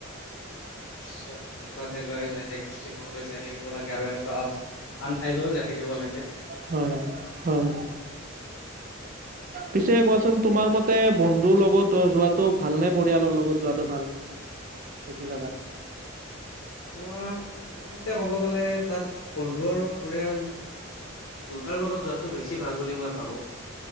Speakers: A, on the left; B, on the right.
A: নিশ্চয় এনেকুৱা ঠাইলৈ চাই থাকিব শ্বিলংলৈ যাই থাকিব লাগে। আৰু এনেকুৱা আন ঠাইলৈও যাই থাকিব লাগে।
B: হয় হয়।
A: <unintelligible>
B: পিছে কোৱাচোন তোমাৰ মতে বন্ধুৰ লগত যোৱাটো ভাল নে পৰিয়ালৰ লগত যোৱাটো ভাল। এইটো জেগাত।
A: অ মোৰ মতে ক'ব গ'লে তাত বন্ধু আৰু পৰিয়াল। দুটাৰ লগত যোৱাটো বেছি ভাল বুলি মই ভাবো।